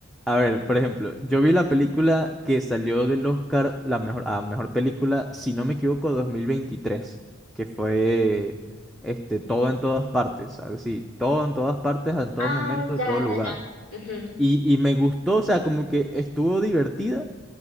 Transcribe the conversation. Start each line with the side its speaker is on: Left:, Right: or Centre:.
Centre: A ver, por ejemplo, yo vi la película que salió del Oscar, la mejor, a mejor película, si no me equivoco, 2023 que fue este, todo en todas partes, algo así, todo en todas partes, en todo
Left: Ah,
Centre: momento,
Left: ya,
Centre: en todo lugar.
Left: ya, ya. Ujú.
Centre: Y, y me gustó, o sea, como que estuvo divertida,